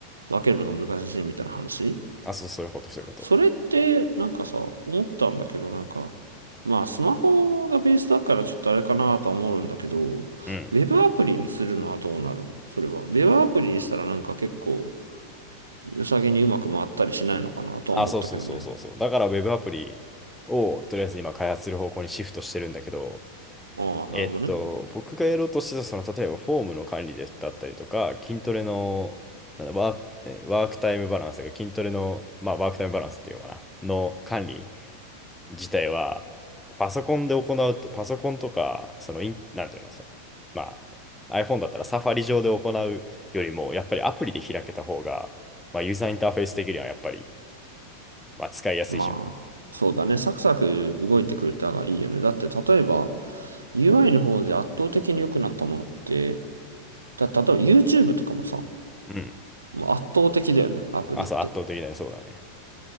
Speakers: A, on the right; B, in the centre.
A: う、分けるのが難しいみたいな話
B: あ、そう、そういうこと、そういうこと。
A: それって、なんかさ、思ったんだけど、なんか、まあ、スマホがベースだからちょっとあれかなとは思うんだけど、
B: うん。
A: ウェブアプリにするのはどうなるのそれは。ウェブアプリにしたらなんか結構、良さげにうまく回ったりしないのかなとは思ったけどね。
B: あ、そうそうそうそうそう。だから Web アプリをとりあえず今開発する方向にシフトしてるんだけど、
A: ああ、
B: えっと、
A: なるほどね。
B: 僕がやろうとしてた、その、例えばフォームの管理でだったりとか、筋トレの、なんだ、ワーク、えワークタイムバランスが、筋トレの、まあ、ワークタイムバランスっていうのかな、の管理自体は、パソコンで行うと、パソコンとか、その、イン、なんていうの、その、まあ、iPhone だったらサファリ上で行うよりも、やっぱりアプリで開けた方が、まあ、ユーザーインターフェース的にはやっぱり、まあ、使いやすいじゃん。
A: まあ、そうだね。サクサク動いてくれたがいいよね。だって、例えば、UI の方で圧倒的に良くなったものって、た、例えば YouTube とかもさ、
B: うん。
A: もう圧倒的だよね。アプリって。
B: あ、そう、圧倒的だね、そうだね。